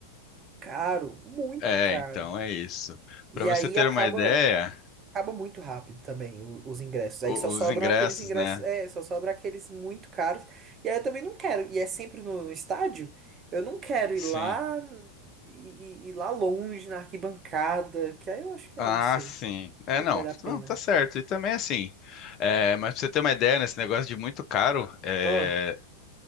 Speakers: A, on the right; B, on the left.
A: caro, muito
B: É,
A: caro.
B: então é isso.
A: E
B: Pra você
A: aí
B: ter
A: acaba.
B: uma ideia,
A: Acaba muito rápido também o- os ingressos. Aí
B: o-
A: só sobram
B: os ingressos,
A: aqueles ingressos,
B: né?
A: é, só sobram aqueles muito caros. E aí eu também não quero. E é sempre no, no estádio. Eu não quero
B: Sim.
A: ir lá e e- ir lá longe na arquibancada, que aí eu acho que,
B: Ah,
A: ah, não sei,
B: sim. É,
A: se
B: não.
A: vale a pena.
B: Não, tá certo. E também assim, é, mas pra você ter uma ideia, nesse negócio de muito caro, é,
A: Ah,